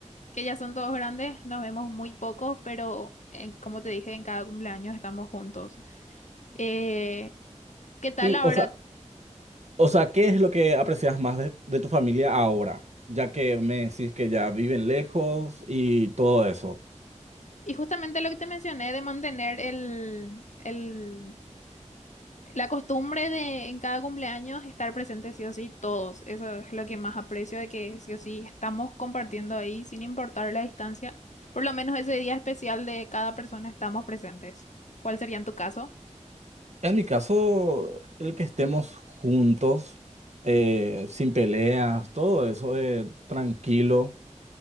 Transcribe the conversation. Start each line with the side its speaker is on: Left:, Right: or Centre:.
Left: que ya son todos grandes, nos vemos muy poco, pero eh, como te dije, en cada cumpleaños estamos juntos. Eh, ¿qué tal
Right: Y,
Left: ahora?
Right: o sea, O sea, ¿qué es lo que aprecias más de, de tu familia ahora? Ya que me decís que ya viven lejos y todo eso.
Left: Y justamente lo que te mencioné de mantener el, el La costumbre de en cada cumpleaños estar presentes sí o sí todos, eso es lo que más aprecio de que sí o sí estamos compartiendo ahí sin importar la distancia. Por lo menos ese día especial de cada persona estamos presentes. ¿Cuál sería en tu caso?
Right: En mi caso, el que estemos juntos, eh, sin peleas, todo eso, eh, tranquilo.